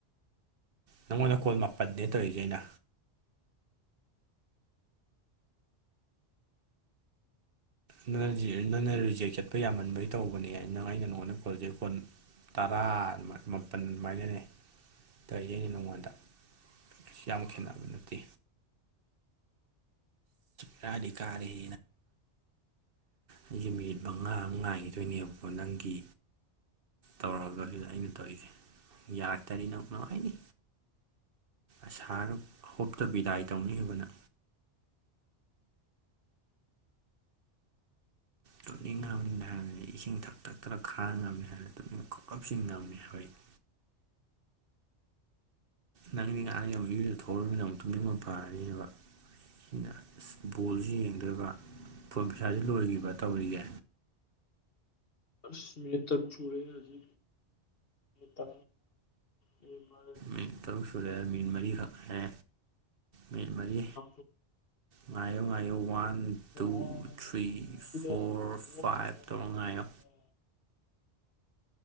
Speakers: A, on the right; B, on the left.
A: ꯅꯪꯉꯣꯟꯗ ꯀꯣꯜ ꯃꯥꯄꯜꯅꯦ ꯇꯧꯔꯤꯁꯦ ꯑꯩꯅ ꯅ ꯅꯪꯅ ꯔꯤꯖꯦꯛ ꯆꯠꯄ ꯌꯥꯝꯃꯟꯕꯩ ꯇꯧꯕꯅꯦ ꯅ ꯑꯩ ꯀꯩꯅꯣꯉꯣꯟꯗ ꯀꯣꯜꯖꯦ ꯐꯣꯟ ꯇꯔꯥ ꯃꯥꯄꯜ ꯑꯗꯨꯃꯥꯏꯅꯅꯦ ꯑꯗꯨꯅꯦ ꯅꯉꯣꯟꯗ ꯁꯤ ꯌꯥꯝ ꯈꯦꯠꯅꯕ ꯅꯠꯇꯦ ꯄꯙꯀꯅꯥ ꯑꯩꯁꯦ ꯃꯤꯅꯤꯠ ꯃꯉꯥ ꯑꯃ ꯉꯥꯏꯈꯤꯗꯣꯏꯅꯦꯕꯀꯣ ꯅꯪꯒꯤ ꯇꯧꯔꯒ ꯑꯗꯨꯗ ꯑꯩꯅ ꯇꯧꯔꯤꯁꯦ ꯌꯥꯔꯛꯇꯗꯤ ꯅꯪ ꯅꯨꯡꯉꯥꯏꯅꯤ ꯑꯁꯥꯔ ꯍꯣꯞꯇꯕꯤꯗꯥꯏ ꯇꯧꯅꯤꯡꯈꯤꯕꯅ ꯇꯨꯞꯅꯤꯡ ꯉꯝꯅꯤ ꯍꯥꯏꯔꯗꯤ ꯏꯁꯤꯡ ꯊꯛ ꯊꯛ ꯊꯔ ꯈꯥ ꯉꯝꯅꯤ ꯍꯥꯏꯔꯗꯤ ꯇꯨꯅꯤꯡ ꯀꯨꯞ ꯀꯞꯁꯤꯟ ꯉꯝꯅꯤ ꯑꯩꯣꯏꯗꯤ ꯅꯪꯒꯤ ꯉꯉꯥꯥꯡ ꯌꯨꯛ ꯌꯨꯗꯨꯗ ꯊꯣꯛꯎꯅꯤꯅ ꯑꯃꯨꯛ ꯇꯨꯅꯤꯡꯕ ꯐꯔꯕ ꯁꯤꯅ ꯑꯁ ꯕꯣꯜꯁꯤ ꯌꯦꯡꯗꯣꯏꯕ ꯐꯣꯔ ꯄꯩꯁꯥꯁꯤ ꯂꯣꯏꯈꯤꯕ ꯇꯧꯔꯤꯒꯦ
B: ꯁꯅꯦꯇꯔꯨ ꯁꯨꯔꯦ ꯍꯧꯖꯤ ꯀ ꯍ ꯃꯥ
A: ꯃꯤ ꯇꯔꯨꯛ ꯁꯨꯔꯦ ꯃꯟ ꯃꯔꯤ ꯈꯦ ꯃꯟ ꯃꯔꯤ
B: ꯑ
A: ꯉꯥꯏꯌꯨ ꯉꯥꯏꯌꯣ ꯋꯥꯟ ꯇꯨ
B: ꯋꯥꯔꯕ
A: ꯊ꯭ꯔꯤ
B: ꯇꯥꯟꯖꯥꯁꯤꯗ
A: ꯐꯣꯔ
B: ꯂꯣꯛꯒꯤꯅ
A: ꯐꯥꯏꯚ
B: ꯋꯥꯍꯪꯁꯤꯅꯤ
A: ꯇꯉꯌꯣ
B: ꯅꯪꯅ